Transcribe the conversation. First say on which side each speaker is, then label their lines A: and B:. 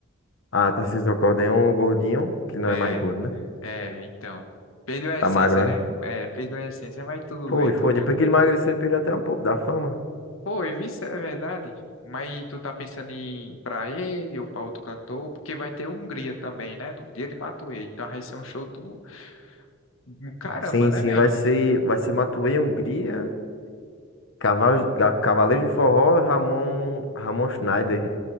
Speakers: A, on the left; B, on the left.
A: Ah, Tarcísio do Acordeon, o gordinho, que não
B: É,
A: é mais gordo, né?
B: É, então. Perdeu a
A: Tá
B: essência,
A: magro,
B: né?
A: né?
B: É, perdeu a essência, mas tudo
A: Foi,
B: bem,
A: foi.
B: tudo tranquilo.
A: Depois que ele emagreceu, ele perdeu até um pouco da fama.
B: Pô, e vice é verdade. Mas tu tá pensando em pra ele ou pra outro cantor? Porque vai ter Hungria também, né? No dia de Matuê. Então vai ser um show do do caramba,
A: Sim,
B: né,
A: sim,
B: velho?
A: vai ser, vai ser Matuê Hungria, Cavalo, Ga- Cavaleiro de Forró, Ramon, Ramon Schneider.